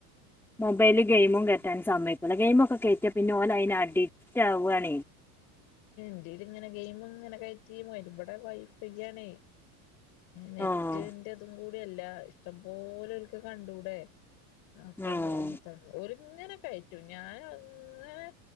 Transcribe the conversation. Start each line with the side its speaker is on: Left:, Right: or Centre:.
Centre: മൊബൈല് ഗെയിമും കേറ്റാൻ സമ്മതിക്കൂല ഗെയിം ഒക്കെ കേറ്റിയാൽ ഗെയിംപിന്നെ ഓന് അഡിക്റ്റ് ആവുകയാണ്
Left: ഇതിൽ ഇങ്ങനെ ഗെയിം ഇങ്ങനെ കേറ്റി <unintelligible> ഇവിടെ വൈഫൈ ആണ് നെറ്റിന്റെ
Centre: ആഹ്
Left: അതും കൂടിയല്ല ഇഷ്ടംപലെ ഒക്ക് കണ്ടൂടെ അപ്പ..
Centre: ആഹ്
Left: <unintelligible> ഓല് ഇങ്ങനെ കയറ്റും ഞാൻ അങ്ങനെ..